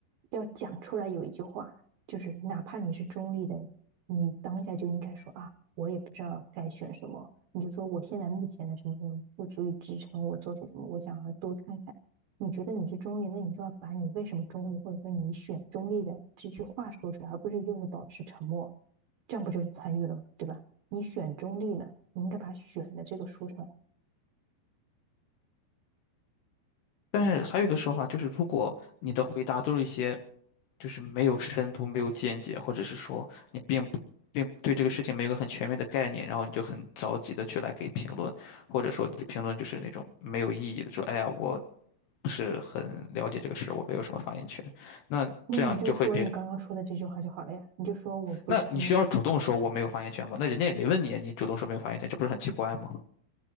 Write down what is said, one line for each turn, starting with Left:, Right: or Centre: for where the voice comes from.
Right: 要讲出来有一句话，就是哪怕你是中立的，你当下就应该说啊，我也不知道该选什么，你就说我现在目前的什么什么不足以支撑我做出什么，我想要多看看。你觉得你是中立，那你就要把你为什么中立，或者说你选中立的这句话说出来，而不是就是保持沉默，这样不就是参与了吗？对吧？你选中立了，你应该把选的这个说出来。
Left: 但是还有一个说法就是，如果你的回答都是一些。就是没有深度、没有见解，或者是说你并不并对这个事情没有个很全面的概念，然后你就很着急的去来给评论，或者说你的评论就是那种没有意义的，说哎呀，我不是很了解这个事，我没有什么发言权。那这样就会变，
Right: 那你就说你刚刚说的这句话就好了呀，你就说我不是很，
Left: 那你需要主动说我没有发言权吗？那人家也没问你，你主动说没有发言权，这不是很奇怪吗？